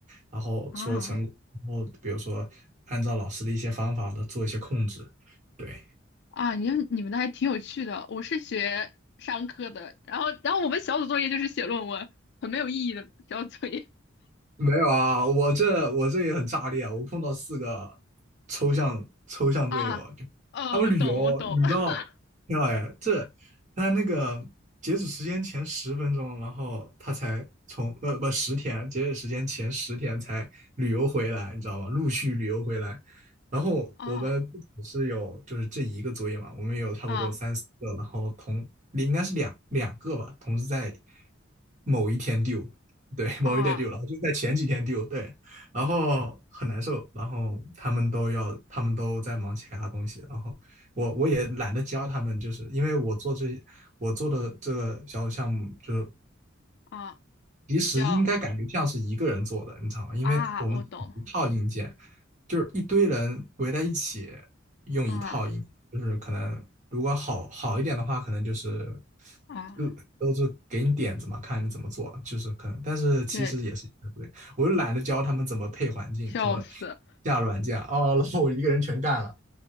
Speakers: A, on the right (about 40°); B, on the left (about 55°).
A: 然后出了成果，
B: 啊
A: 然后比如说按照老师的一些方法的做一些控制，对。
B: 啊，你们你们的还挺有趣的。我是学商科的，然后然后我们小组作业就是写论文，很没有意义的小组作业。
A: 没有啊，我这我这也很炸裂啊！我碰到四个抽象抽象队友啊就他们旅游旅到，
B: 啊，啊，我懂，我懂。<laughs>
A: 天呐哎，这他那个截止时间前十分钟，然后他才从呃不十天，截止时间前十天才旅游回来，你知道吗？陆续旅游回来，然后我们不只是有就是这一个作业嘛，
B: 啊
A: 我们有差不多三四个，
B: 啊
A: 然后同应该是两两个吧，同时在某一天丢。对，
B: 啊
A: 某一天丢了，就在前几天丢，对，然后很难受，然后他们都要，他们都在忙其他东西，然后我我也懒得教他们，就是因为我做这我做的这个小项目，就是
B: 啊，
A: 其实应该感觉像是一个人做的，
B: 比较
A: 你知道吗？因为我们一套硬件，
B: 啊，我懂。
A: 就是一堆人围在一起用一套硬件就是可能如果好好一点的话，
B: 啊
A: 可能就是
B: 啊，
A: 各都是给你点子嘛，看你怎么做，就是可能，但是其实也是一个对，
B: 对，
A: 我又懒得教他们怎么配环境，
B: 笑死。
A: 怎么下软件，哦，<laughs> 然后我一个人全干了，